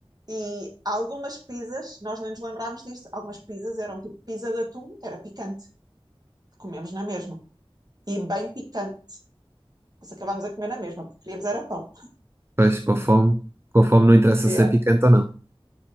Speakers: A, on the right; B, on the right.
A: E algumas pizzas, nós nem nos lembrámos disto, algumas pizzas eram tipo pizza de atum, era picante, comemos na mesma. E bem picante, nós acabámos a comer na mesma, porque queríamos era pão.
B: pois, com a fome, com a fome não interessa
A: Yeah,
B: ser picante ou não.